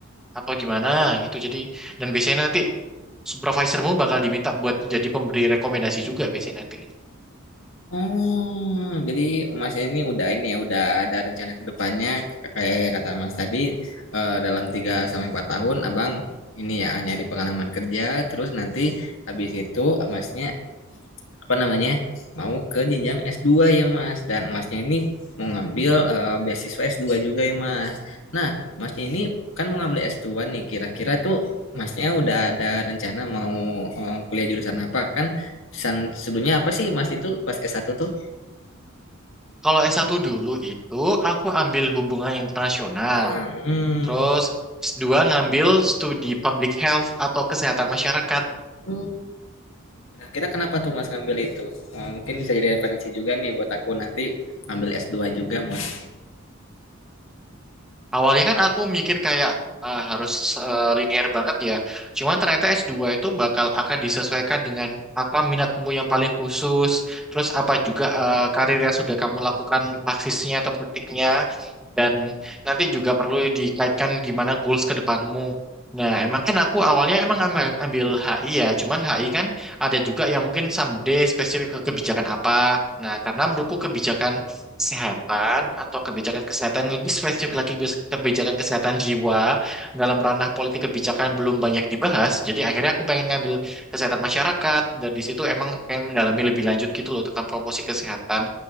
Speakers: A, in the centre; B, on the left.
A: atau gimana itu jadi dan biasanya nanti supervisormu bakal diminta buat jadi pemberi rekomendasi juga biasanya nanti.
B: Hmm, jadi Mas ini udah ini ya, udah ada rencana ke depannya K- kayak kata Mas tadi eh, dalam 3 sampai 4 tahun Abang ini ya hanya di pengalaman kerja terus nanti habis itu Masnya apa namanya mau ke jenjang s dua ya Mas dan Masnya ini mau ngambil eh, beasiswa s dua juga ya Mas. Nah, Masnya ini kan mau ngambil S2 nih kira-kira tuh Masnya udah ada rencana mau eh, kuliah jurusan apa kan? Jurusan sebelumnya apa sih Mas itu pas s satu tuh?
A: Kalau s satu dulu itu aku ambil hubungan internasional,
B: Nah, hmm,
A: terus s dua ngambil studi public health atau kesehatan masyarakat.
B: Hmm. kira-kira kenapa tuh Mas ngambil itu? Eh, mungkin bisa jadi referensi juga nih buat aku nanti ngambil s dua juga Mas.
A: Awalnya kan aku mikir kayak eh, harus eh, linear banget ya. Cuman ternyata S2 itu bakal akan disesuaikan dengan apa minatmu yang paling khusus, terus apa juga eh, karir yang sudah kamu lakukan praksisnya atau praktiknya, dan nanti juga perlu dikaitkan gimana goals ke depanmu. Nah, emang kan aku awalnya emang ambil, ambil HI ya, cuman HI kan ada juga yang mungkin someday spesifik ke kebijakan apa. Nah, karena menurutku kebijakan kesehatan atau kebijakan kesehatan lebih spesifik lagi bis- kebijakan kesehatan jiwa dalam ranah politik kebijakan belum banyak dibahas. Jadi akhirnya aku pengen ngambil kesehatan masyarakat dan di situ emang pengen mendalami lebih lanjut gitu loh tentang promosi kesehatan.